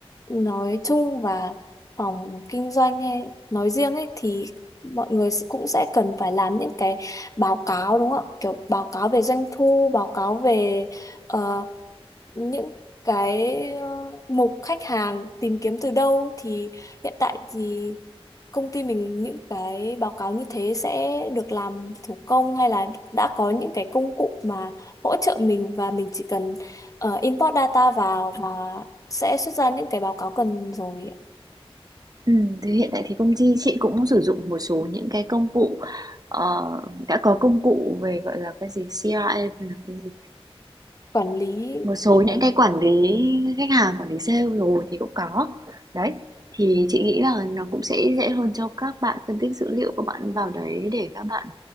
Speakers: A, on the left (about 35°); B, on the right (about 40°).
A: nói chung và phòng kinh doanh hay nói riêng ấy thì mọi người s- cũng sẽ cần phải làm những cái báo cáo đúng không ạ? Kiểu báo cáo về doanh thu, báo cáo về ờ, những cái ờ, mục khách hàng tìm kiếm từ đâu thì hiện tại thì công ty mình những cái báo cáo như thế sẽ được làm thủ công hay là đã có những cái công cụ mà hỗ trợ mình và mình chỉ cần ờ, import data vào và sẽ xuất ra những cái báo cáo cần rồi
B: Ừm, thì hiện tại thì công ty chị cũng sử dụng một số những cái công cụ, ờ, đã có công cụ về, gọi là, cái gì, CRM hay là cái gì?
A: quản lý
B: Một số
A: ờ,
B: những cái quản lý khách hàng, quản lý sale rồi thì cũng có. Đấy, thì chị nghĩ là nó cũng sẽ dễ hơn cho các bạn phân tích dữ liệu, các bạn vào đấy để các bạn,